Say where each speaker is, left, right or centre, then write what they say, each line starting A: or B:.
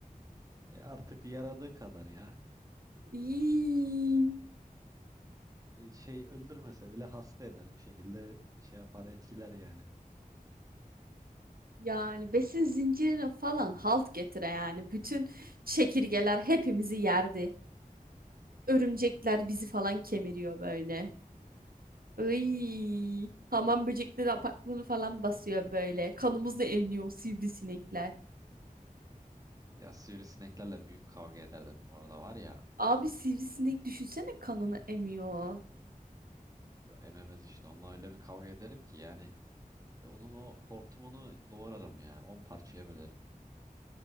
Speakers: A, on the right; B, on the right.
A: E artık yaradığı kadar ya.
B: İy.
A: E şey öldürmese bile hasta eder bir şekilde şey yapar etkiler yani.
B: Yani besin zincirine falan halt getire yani. Bütün çekirgeler hepimizi yerdi. Örümcekler bizi falan kemiriyor böyle. Iy, hamam böcekleri apartmanı falan basıyor böyle. Kanımızla emniyor o sivrisinekler.
A: Ya sivrisineklerle büyük kavga ederdim bu arada var ya.
B: Abi sivrisinek düşünsene kanını emiyor.
A: Yo, ememez işte onunla öyle bir kavga ederim ki yani. E, Onun o hortumunu doğrarım ya. on parçaya bölerim.